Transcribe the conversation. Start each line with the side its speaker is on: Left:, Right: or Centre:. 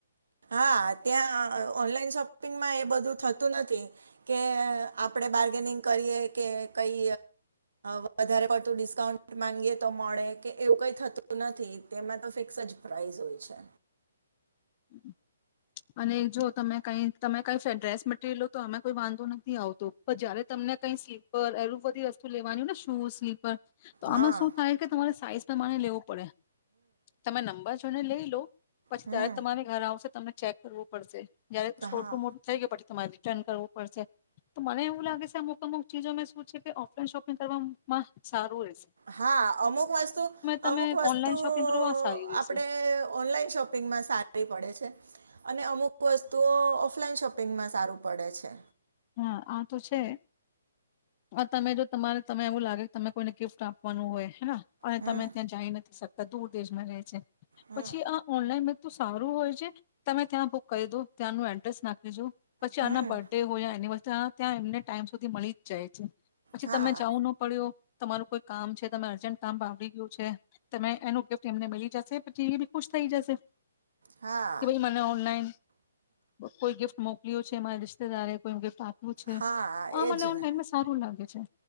Right: હા ત્યાં ઓનલાઈન શોપિંગમાં એ બધું થતું નથી કે આપણે બાર્ગેનિંગ કરીએ કે કઈ વધારે પડતું ડિસ્કાઉન્ટ માંગીએ તો મળે કે એવું કઈ થતું નથી તેમાં તો ફિક્સ જ પ્રાઈસ હોય છે
Left: <inaudible> અને જો તમે કઈ તમે કઈ ડ્રેસ મટરિયલો તો અમે કોઈ વાંધો નથી આવતો પણ જયારે તમને કઈ સ્લીપર એલું બધી વસ્તુ લેવાની ને શૂઝ સ્ તો આમાં
Right: હા
Left: શું થાય કે તમારે સાઈજ તમા મારે લેવું પડે તમે નંબર જોોને લઈ હલો પછી
Right: હમ
Left: ત્યારે તમારી ઘર આવશે તમને ચેક કરવો પડશે જયારે છોટુ
Right: હા
Left: મોટું થઈ ગય પછી તમારી ટન કરવું પડશે તો મને એવું લાગે છે અમુક અમુક ચીજો મેં શું છે કે ઓફલાઈન શોપિંગ કરવામાં સારું રહે.
Right: હા, અમુક વસ્તુ
Left: તમે
Right: અમુક વસ્તુ
Left: ઓનલાઈન શોપિંગ કરવા સારી રહેશે
Right: આપડે ઓનલાઈન શોપિંગમાં સારી. પડે છે અને અમુક વસ્તુઓ ઓફલાઈન શોપિંગમાં સારું પડે છે.
Left: હા, આતો છે. આ તમે જો તમારે તમે એવું લાગે કે તમે કોઈને ગિફ્ટ આપવાનું હોય હેના. પણ
Right: હમ
Left: તમે ત્યાં જઈ નથી શકતા. દૂર દેશમાં રહે છે.
Right: હમ
Left: પછી આ ઓનલાઈન સારું હોય છે, તમે ત્યાં બુક કરી દો ત્યાંનું એડ્રેસ નાખી દેજો. પછી
Right: હમ
Left: આના બડે હો એમને ટાઈમ સુધી મલી જ જાય છે. પછી
Right: હા
Left: તમે જવુંનો પડ્યો. તમારું કોઈ કામ છે તમે અર્જન્ટ કામ બાકી ગયું છે, તમે એનું ગિફ્ટ એમને મલી જશે. જી એબી ખુશ થઈ જશે.
Right: હા
Left: કે ભઈ મને ઓનલાઈન કોઈ ગિફ્ટ મોક્લ્યો છે માર રિશ્તેદારે. પણ ગિફ્ટ આ હુછે,
Right: હા
Left: અવે
Right: એજ
Left: મને ઓનલાઈનમાં
Right: ને
Left: સારું લાગે. અચ્છા.